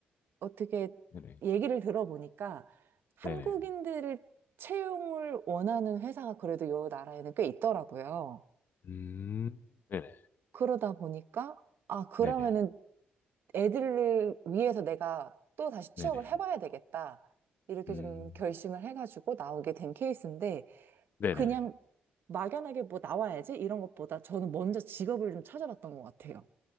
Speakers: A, on the right; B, on the left.
A: 어떻게
B: 네네.
A: 얘기를 들어보니까 한국인들을
B: 네네.
A: 채용을 원하는 회사가 그래도 요 나라에는 꽤 있더라고요.
B: 음, 네네.
A: 그러다 보니까, 아, 그러면은
B: 네네.
A: 애들을 위해서 내가 또 다시 취업을
B: 네네.
A: 해봐야 되겠다. 이렇게
B: 음,
A: 좀 결심을 해가지고 나오게 된 케이스인데,
B: 네네.
A: 그냥 막연하게 뭐 나와야지 이런 것보다 저는 먼저 직업을 좀 찾아봤던 것 같아요.